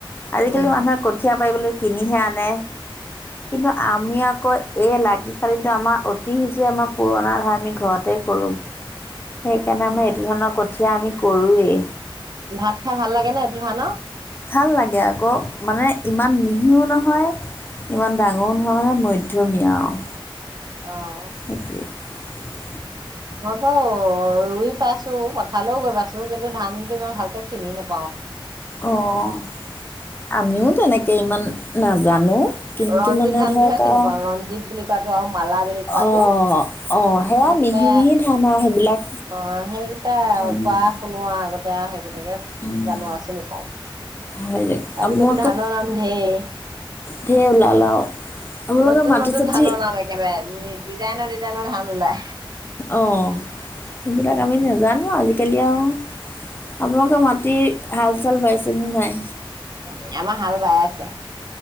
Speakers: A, on the left (about 25°); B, on the right (about 50°).
A: আজিকালি
B: উম,
A: মানুহে কঠীয়া পাৰিবলৈ কিনিহে আনে, কিন্তু আমি আকৌ এই লাগিশালীটো আমাৰ অতি সিজে আমাৰ পুৰণা হয় আমি ঘৰতে কৰোঁ। সেইকাৰণে
B: অ',
A: আমাৰ এইটো ধৰণৰ কঠিয়া আমি কৰোৱেই।
B: ভাত খাই ভাল লাগে নে এইটো ধানৰ?
A: ভাল লাগে আকৌ, মানে ইমান মিহিও নহয় ইমান ডাঙৰ নহয় মধ্যমীয়া আৰু।
B: অ',
A: অকে। <inaudible>
B: মই বাৰু ৰুই পাইছো পথাৰলৈ গৈ পাইছো কিন্তু ধানটো ইমান ভালকে চিনি নাপ
A: অ', আমিও তেনেকে ইমান নাজানো। কিন্তু
B: ৰঞ্জিত
A: মানে
B: ধানটোহে
A: ধৰক
B: চিনি
A: আৰু
B: পাওঁ, ৰঞ্জিত বুলি কোৱা ৰম মালা বুলি কোৱাটো
A: অ'
B: সেইকেইটা,
A: অ' সেয়া মিহি মিহি ধান আৰু সেইবিলাক।
B: অ সেইকেইটা
A: উম,
B: কোৱা শুনো আৰু আগতে আৰু সেইকেইটা তাকে
A: উম,
B: জানো আৰু চিনি পাওঁ
A: হয় দিয়ক।
B: আজিকালি
A: আপোনালোকে
B: ধানৰ নাম ঢেৰ,
A: ঢেৰ ওলাল আৰু। আপোনালোকে
B: নতুন
A: মাটি
B: নতুন
A: চাটি
B: ধানৰ নাম একেবাৰে ডিজাইনৰ ডিজাইনৰ ধান তলা
A: অ সেইবিলাক, আমি নাজানো আজিকালি আৰু। আপোনালোকৰ মাটিৰ হাল চাল বাইছেনে নাই?
B: উম, আমাৰ হাল বাই আছে।